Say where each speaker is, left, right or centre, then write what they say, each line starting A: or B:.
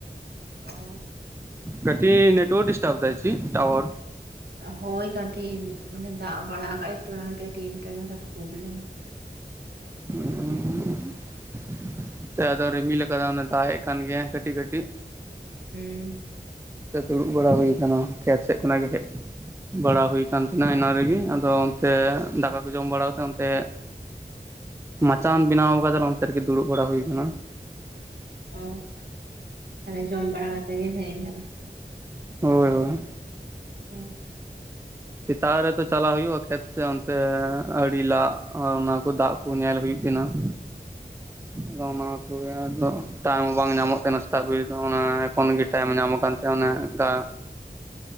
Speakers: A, on the right; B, on the right.
A: ᱚᱻ
B: ᱠᱟᱹᱴᱤᱡ ᱱᱮᱴᱚᱣᱟᱨᱠ ᱰᱤᱥᱴᱟᱵ ᱫᱟᱭ ᱥᱤ ᱪᱤᱫ ᱴᱟᱣᱟᱨ?
A: ᱦᱳᱭ ᱠᱟᱹᱴᱤᱡ ᱢᱟᱱᱮ ᱫᱟᱜ ᱵᱟᱲᱟ ᱟᱠᱟᱜᱟᱭ ᱛᱚ ᱚᱱᱟ ᱠᱷᱛᱤᱨ ᱠᱟᱴᱤᱡ ᱤᱱᱴᱟᱨᱱᱮᱴ ᱠᱟᱹᱴᱤᱡ ᱯᱨᱚᱵᱞᱮᱢ᱾
B: <inaudible> ᱟᱫᱚ ᱨᱤᱢᱤᱞ ᱟᱠᱟᱫᱟ ᱚᱱᱮ ᱫᱟᱜ ᱮᱜ ᱠᱟᱱ ᱜᱮᱭᱟᱭ ᱠᱟᱹᱴᱤᱡ ᱠᱟᱹᱴᱤᱡ᱾
A: ᱦᱩᱸ
B: ᱫᱩᱲᱩᱵ ᱵᱟᱲᱟ ᱦᱩᱭ ᱟᱠᱟᱱᱟ ᱠᱷᱮᱛ ᱥᱮᱫ ᱠᱷᱚᱱᱟᱜ ᱜᱮ ᱦᱮᱜ ᱵᱟᱲᱟ ᱦᱩᱭ ᱠᱟᱱᱛᱤᱱᱟ ᱚᱱᱟ ᱨᱮᱜᱮ ᱟᱫᱚ ᱚᱱᱛᱮ ᱫᱟᱠᱟ ᱠᱚ ᱡᱚᱢ ᱵᱟᱲᱟ ᱠᱟᱛᱮ ᱚᱱᱛᱮ ᱢᱟᱪᱟᱢ ᱵᱮᱱᱟᱣ ᱟᱠᱟᱫᱟᱞᱮ ᱚᱱᱛᱮ ᱨᱮᱸᱜᱮ ᱫᱩᱲᱩᱵ ᱵᱟᱲᱟ ᱦᱩᱭ ᱠᱟᱱᱟ᱾
A: ᱚ ᱛᱟᱦᱚᱞᱮ ᱡᱚᱢ ᱵᱟᱲᱟ ᱠᱟᱛᱮ ᱜᱮ ᱦᱮᱡ ᱠᱟᱱᱟ᱾
B: ᱦᱳᱭ ᱦᱳᱭ,
A: <unintelligible>
B: ᱥᱮᱛᱟᱜ ᱨᱮ ᱛᱚ ᱪᱟᱞᱟᱜ ᱦᱩᱭᱩᱜᱼᱟ ᱠᱷᱮᱛ ᱥᱮ ᱚᱱᱛᱮ ᱟᱹᱲᱤ ᱞᱟᱜ ᱚᱱᱟ ᱠᱚ ᱫᱟᱜ ᱠᱚ ᱧᱮᱞ ᱦᱩᱭᱩᱜ ᱛᱮᱱᱦᱟ ᱾
A: <unintelligible>
B: ᱟᱫᱚ ᱚᱱᱟ ᱠᱚ ᱜᱮ ᱟᱫᱟ ᱴᱟᱝ ᱵᱟᱝ ᱧᱟᱢᱚᱜ ᱛᱟᱦᱮᱸ ᱥᱮᱛᱟᱜ ᱵᱮ ᱚᱱᱟ ᱮᱠᱷᱚᱱ ᱜᱮ ᱴᱟᱭᱤᱢ ᱧᱟᱢ ᱠᱟᱱ ᱛᱟᱦᱮᱱᱟ ᱾ ᱛᱮ ᱚᱱᱮ ᱫᱟᱜ,
A: <unintelligible>